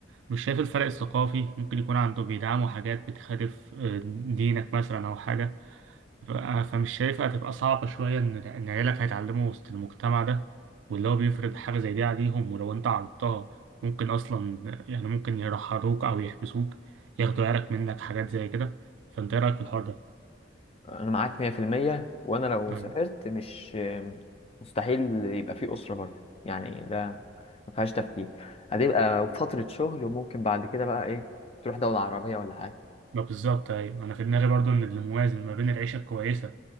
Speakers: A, on the right; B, on the left.
A: مش شايف الفرق الثقافي ممكن يكون عنده بيدعموا حاجات بتخالف آه، دينك مثلا او حاجة ف- فمش شايفها هتبقى صعبة شوية إن إن عيالك هيتعلموا وسط المجتمع ده واللي هو بيفرض حاجة زي دي عليهم ولو أنت عرضتها ممكن أصلا يعني ممكن يرحروك أو يحبسوك ياخدوا عيالك منك حاجات زي كده فأنت إيه رأيك في الحوار ده؟
B: انا معاك 100% وانا لو
A: يعني-
B: سافرت مش مستحيل يبقى في اسره بره يعني ده ما فيهاش تفكير هتبقى فتره شغل وممكن بعد كده بقى ايه تروح دوله عربيه ولا حاجه
A: ما بالظبط أيوة أنا في دماغي برضو إن الموازن ما بين العيشة الكويسة